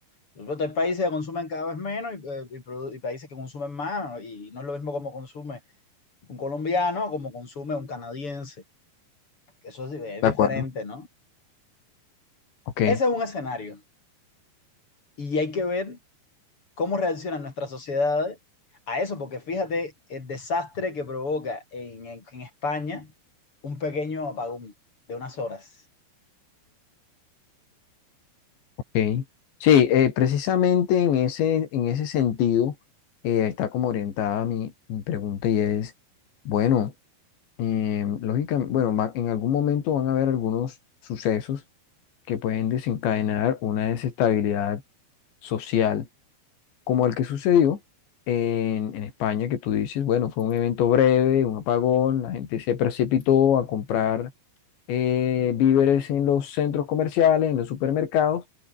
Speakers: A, on the left; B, on the left.
A: Por supuesto, hay países que consumen cada vez menos y, eh, y produ- y países que consumen más, y no es lo mismo como consume un colombiano, como consume un canadiense. Eso es, di- es
B: acuerdo.
A: diferente, ¿no?
B: Ok,
A: Ese es un escenario. Y hay que ver cómo reacciona nuestra sociedad a eso, porque fíjate el desastre que provoca en, en- en España un pequeño apagón de unas horas.
B: ok. Sí, eh, precisamente en ese, en ese sentido eh, está como orientada mi, mi pregunta y es, bueno, lógicamente, bueno, va- en algún momento van a haber algunos sucesos que pueden desencadenar una desestabilidad social como el que sucedió en, en España, que tú dices, bueno, fue un evento breve, un apagón, la gente se precipitó a comprar eh, víveres en los centros comerciales, en los supermercados,